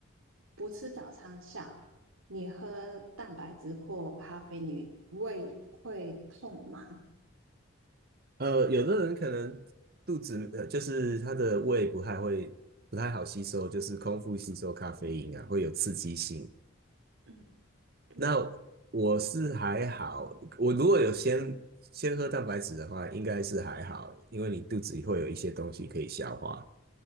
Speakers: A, on the right (about 85°); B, on the right (about 45°).
A: 不吃早餐下，你喝蛋白质或咖啡，你胃会痛吗？
B: 呃，有的人可能肚子呃，就是他的胃不太会不太好吸收，就是空腹吸收咖啡因啊，会有刺激性。
A: 嗯，对，
B: 那我是还好，我如果有先先喝蛋白质的话，应该是还好，因为你肚子里会有一些东西可以消化。